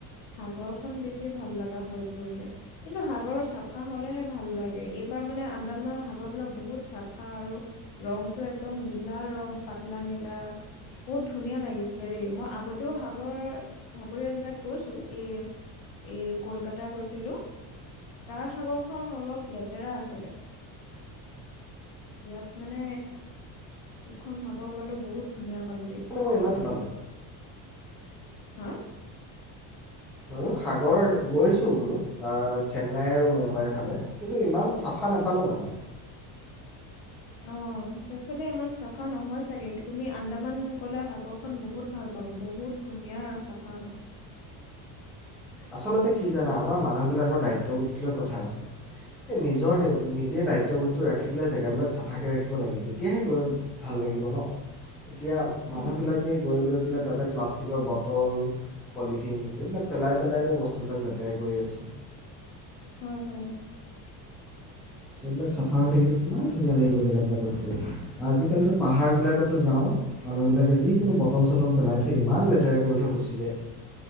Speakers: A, on the left; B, in the centre.
A: সাগৰ। খন বেছি ভাল লগা হৈ পৰিলে। কিন্তু সাগৰ চাফা হলেহে ভাল লাগে। এইবাৰ মানে আন্দামানৰ সাগৰবিলাক বহুত চাফা আৰু ৰংটো এক একদম নীলা ৰং, পাতলা নীলা। বহুত ধুনীয়া লাগিছিলে দেই। মই আগতেওঁ সাগৰ সাগৰীয়া জেগাত গৈছো। এই এই কলকাতা গৈছিলো। তাৰ সাগৰখন অলপ লেতেৰা আছিলে। ইয়াত মানে যিখন সাগৰ পালো বহুত ধুনীয়া। পালো দেই
B: মানে মই ইমান
A: আন্দামান।
B: পালোঁ
A: হা।
B: ময়ো সাগৰ গৈছো বোলো চেন্নাই আৰু মুম্বাইৰ ফালে কিন্তু ইমান চাফা নাপালোঁ মানে।
A: অ সেইফালে ইমান চাফা নহয় চাগে তুমি আন্দামান গ'লে সাগৰ খন বহুত ভাল পাব বহুত ধুনীয়া আৰু চাফা হয়।
B: আচলতে কি জানা আমাৰ মানুহবিলাকৰ দায়িত্ববোধ লৈ কথা আছে। এই নিজৰ নি নিজে দায়িত্ববোধটো ৰাখি পেলাই জেগাবিলাক চাফাকৈ ৰাখিব লাগে তেতিয়াহে গৈ ভাল লাগিব ন। এতিয়া
A: উম,
B: মানুহবিলাকে গৈ লৈ পেলাই তাতে প্লাষ্টিকৰ বট। টল পলিথিন। ঠিন, এইবিলাক পেলাই পেলাইতো বস্তুবিলাক লেতেৰা কৰি আছে।
A: হয় হয়।
B: সেইবিলাক চাফা হৈ থাকিলে কিমান ধুনীয়া লাগিব জেগাবিলাকত গৈ। আজি কালিতো পাহাৰ বিলাকত। যাওঁ, মানুহবিলাকে যিকোনো বটল-চটল পেলাই থৈ ইমান লেতেৰা কৰি থৈ গুচি যায়।